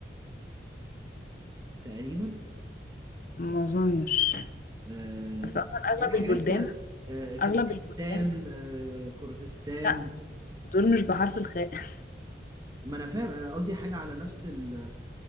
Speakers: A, on the right; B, on the left.
A: تقريبا
B: ما أظنش
A: آه
B: بس أصلا أغلب
A: اللي هي حاجات
B: البلدان
A: آه كازاخستان
B: أغلب البلدان
A: آه كورغستان
B: لا دول مش بحرف الخاء <laughs>
A: ما انا فاهم انا قصدي حاجه على نفس ال